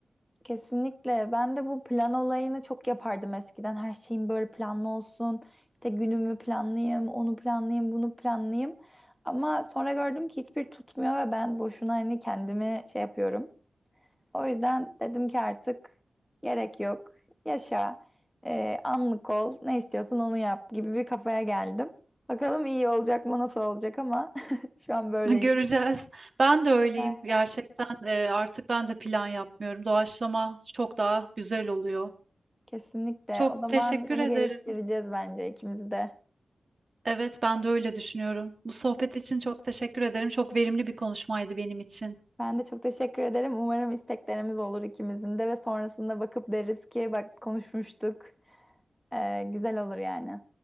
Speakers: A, in the centre; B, on the right.
A: Kesinlikle. Ben de bu plan olayını çok yapardım eskiden. Her şeyim böyle planlı olsun. İşte günümü planlayayım, onu planlayayım, bunu planlayayım. Ama sonra gördüm ki hiçbir tutmuyor ve ben boşuna hani kendimi şey yapıyorum. O yüzden dedim ki artık gerek yok. Yaşa. Ee, anlık ol. Ne istiyorsun onu yap gibi bir kafaya geldim. Bakalım iyi olacak mı, nasıl olacak ama <laughs> şu an böyleyim.
B: <laughs> Göreceğiz. Ben de öyleyim.
A: Ay,
B: Gerçekten e, artık ben de plan yapmıyorum. Doğaçlama çok daha güzel oluyor.
A: Kesinlikle.
B: Çok
A: O zaman
B: teşekkür
A: bunu
B: ederim.
A: geliştireceğiz bence ikimiz de.
B: Evet, ben de öyle düşünüyorum. Bu sohbet için çok teşekkür ederim. Çok verimli bir konuşmaydı benim için.
A: Ben de çok teşekkür ederim. Umarım isteklerimiz olur ikimizin de ve sonrasında bakıp deriz ki bak konuşmuştuk. Ee, güzel olur yani.